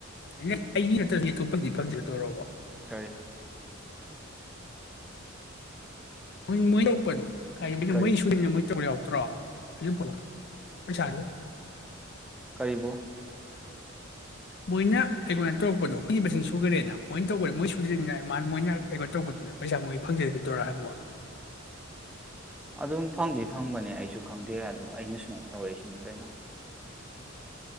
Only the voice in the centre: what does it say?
ꯀꯔꯤ
ꯀꯔꯤ
ꯀꯔꯤꯕ
ꯑꯗꯨꯝ ꯐꯪꯗꯤ ꯐꯪꯕꯅꯦ ꯑꯩꯁꯨ ꯈꯪꯗꯦ ꯑꯗꯣ ꯑꯩꯅ ꯁ ꯇꯧꯔꯛꯏꯁꯤꯅꯤ ꯀꯩꯅꯣ